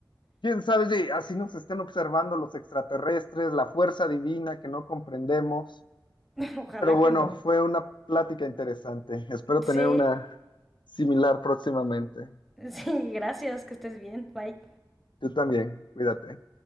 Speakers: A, on the left; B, in the centre.
A: quién sabe si así nos estén observando los extraterrestres, la fuerza divina que no comprendemos.
B: <laughs> Ojalá
A: Pero bueno,
B: que no.
A: fue una plática interesante. Espero tener
B: Sí,
A: una similar próximamente.
B: <laughs> sí, gracias, que estés bien, bye.
A: Tú también, cuídate.